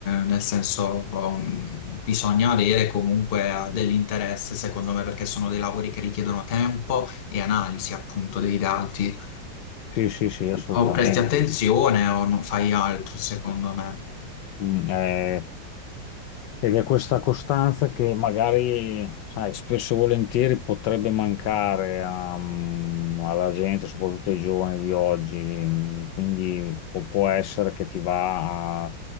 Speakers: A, on the left (about 50°); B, on the left (about 70°).
A: nel senso um, bisogna avere comunque eh, dell'interesse, secondo me, perché sono dei lavori che richiedono tempo e analisi appunto dei dati.
B: Sì, sì, sì, assolutamente.
A: O presti attenzione o non fai altro, secondo me.
B: Mm, eh, Ed è questa costanza che magari, sai, spesso e volentieri potrebbe mancare a- mm, alla gente, soprattutto ai giovani di oggi. Quindi o può essere che ti va a-